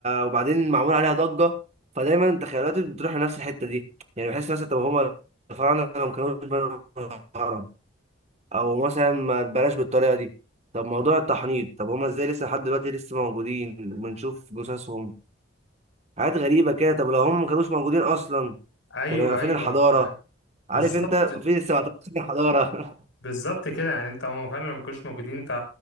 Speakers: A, on the right; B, on the left.
A: وبعدين معمول عليها ضجه فدايما تخيلاتي بتروح لنفس الحته دي يعني بحس مثلا طب هما الفراعنه لو ما كانوش بنوا الهرم او مثلا ما بلاش بالطريقه دي طب موضوع التحنيط طب هما ازاي لسه لحد دلوقتي لسه موجودين وبنشوف جثثهم حاجات غريبه كده طب لو هما ما كانوش موجودين اصلا
B: ايوه
A: كان هيبقى
B: ايوه
A: فين الحضاره
B: ف
A: عارف
B: بالظبط
A: انت فين لسه ما حضاره <laughs>
B: بالظبط كده يعني انت هم فعلا لو ما كانوش موجودين انت